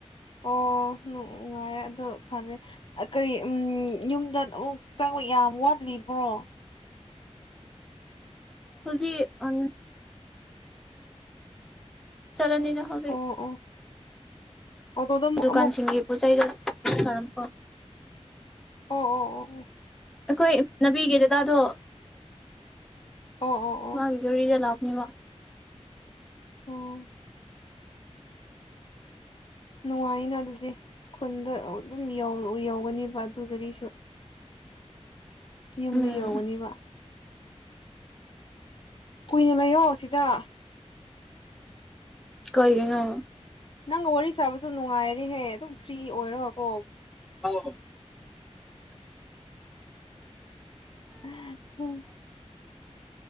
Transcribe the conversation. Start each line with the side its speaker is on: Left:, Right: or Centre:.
Left: ꯑꯣꯥꯏ ꯑꯗꯨ ꯐꯦ ꯀꯔꯤ ꯎꯝ ꯌꯨꯝꯗ ꯑꯃꯨꯛ ꯆꯪ ꯌꯥꯝ ꯋꯥꯗ꯭ꯔꯤꯕ꯭ꯔꯣ
Centre: ꯍꯧꯖꯤꯛ ꯊꯝ ꯆꯂꯅꯤꯅ ꯍꯧꯖꯤ
Left: ꯑꯣ ꯑꯣ ꯑꯣꯇꯣꯗ ꯑꯃꯨꯛ
Centre: ꯗꯨꯀꯥꯟꯁꯤꯡꯒꯤ
Left: ꯑꯃꯨꯛ
Centre: ꯄꯣꯠ ꯆꯩꯗꯔꯝ ꯑ
Left: ꯑꯣ ꯑꯣ ꯑꯣ ꯑꯣ
Centre: ꯑꯩꯈꯣꯏ ꯅꯅꯥꯕꯤꯒꯤ ꯗꯦꯗꯥꯗꯣ
Left: ꯑꯣ ꯑꯣ ꯑꯣ
Centre: ꯒꯤꯖꯔꯤꯗꯂ ꯕ
Left: ꯑꯣ ꯅꯨꯡꯉꯥꯏꯅ ꯑꯗꯨꯗꯤ ꯈꯨꯟꯗ ꯑꯗꯨꯝ ꯌꯧꯒꯅꯦꯕ ꯑꯗꯨꯔꯤꯁꯨ ꯌꯨꯝꯗ
Centre: ꯎꯝ
Left: ꯌꯧꯒꯅꯤꯕ ꯀꯨꯏꯅ ꯂꯩꯌꯣ ꯁꯤꯗ
Centre: ꯀꯩꯒꯤꯅ
Left: ꯅꯪꯒ ꯋꯥꯔꯤ ꯁꯥꯕꯁꯨ ꯅꯨꯡꯉꯥꯏꯔꯦꯍꯦ ꯑꯗꯨꯝ ꯐ꯭ꯔꯤ ꯑꯣꯏꯔꯣꯀꯣ
Centre: ꯍꯥꯎ ꯍꯥꯎ
Left: ꯎꯝ